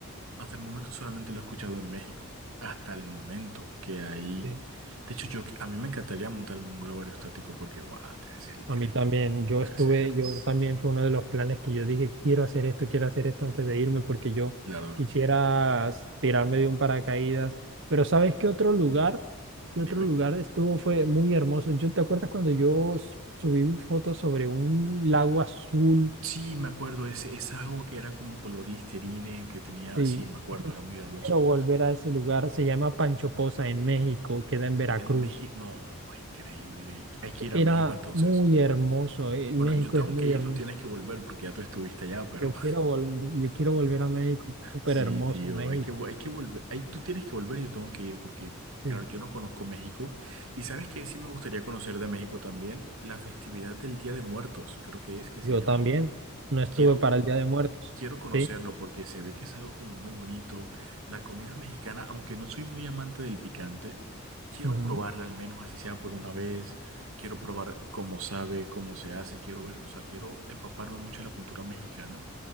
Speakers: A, on the right; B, on the right.
A: hasta el momento solamente lo he escuchado en México. Hasta el momento que ahí.
B: Sí.
A: De hecho, yo, a mí me encantaría montarme un globo aerostático porque, guau, debe ser increíble.
B: A mí también, yo
A: Debe
B: estuve,
A: ser. uf,
B: yo también fue uno de los planes que yo dije, quiero hacer esto, quiero hacer esto antes de irme porque yo
A: Claro,
B: quisiera s- tirarme de un paracaídas. Pero ¿sabes qué otro lugar? ¿Qué
A: dime.
B: otro lugar estuvo? Fue muy hermoso. ¿Yo te acuerdas cuando yo s- subí fotos sobre un lago azul?
A: Sí, me acuerdo, ese, esa agua que era como color Listerine, que tenía.
B: Sí,
A: Sí, me acuerdo,
B: yo
A: era muy hermoso.
B: quiero volver a ese lugar. Se llama Pancho Poza en México, queda en Veracruz.
A: En México, no, increíble. Hay que ir
B: Era
A: a México entonces.
B: muy hermoso. eh,
A: Bueno,
B: México
A: yo tengo
B: es muy
A: que ir,
B: hermoso.
A: tú tienes que volver porque ya tú estuviste allá, pero.
B: Yo quiero volver, yo quiero volver a México. Es Súper
A: Sí,
B: hermoso
A: tío,
B: México.
A: hay que, vo- hay que volver, hay, tú tienes que volver y yo tengo que ir porque, claro,
B: Sí.
A: yo no conozco México y sabes que sí me gustaría conocer de México también la festividad del Día de Muertos, creo que es que se
B: Yo
A: llama.
B: también. No estuve
A: Quiero,
B: para el Día de Muertos.
A: quiero conocerlo
B: Sí.
A: porque se ve que es algo como muy bonito. La comida mexicana, aunque no soy muy amante del picante, quiero
B: ujú.
A: probarla al menos así sea por una vez. Quiero probar cómo sabe, cómo se hace, quiero ver, o sea, quiero empaparme mucho en la cultura mexicana.